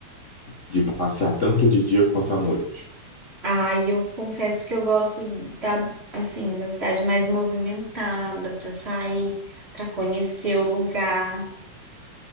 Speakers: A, on the left; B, on the right.
A: de passear tanto de dia quanto à noite?
B: Ah, e eu confesso que eu gosto da, assim, da cidade mais movimentada para sair, para conhecer o lugar.